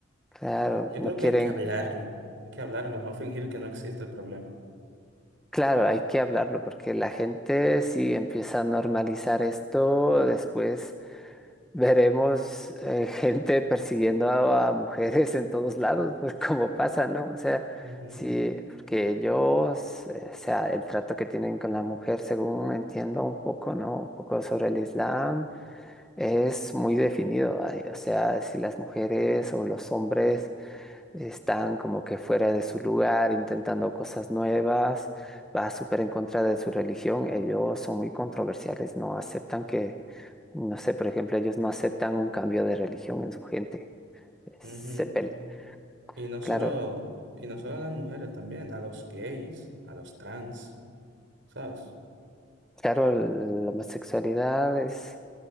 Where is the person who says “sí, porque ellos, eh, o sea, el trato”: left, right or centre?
Centre